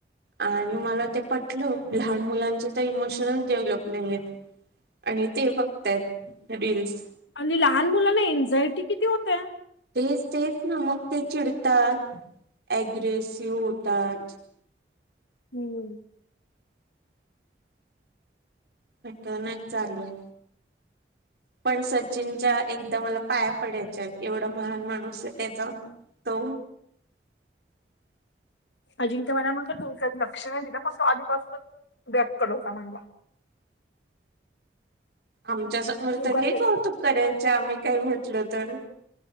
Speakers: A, on the right; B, on the left.
A: आणि मला ते पटलं. लहान मुलांचे त इमोशनच डेव्हलप नाहीयेत. आणि ते बघतायत रिल्स.
B: आणि लहान मुलांना एनझायटी किती होते.
A: तेच तेच ना मग ते चिडतात अग्रेसिव्ह होतात.
B: हम्.
A: पटनच चालू आय. पण सचिनच्या एकदा मला पाया पडायच्यात एवढा महान माणूस त्याचा तो
B: अजिंक्य मला म्हणला तुमत लक्ष एकदा पण तो आधीपासूनच बॅक करत होता म्हणला.
A: आमच्या समोरच्या
B: उगाचच
A: लई कौतुक करायच्या, आम्ही काई म्हंटल तर.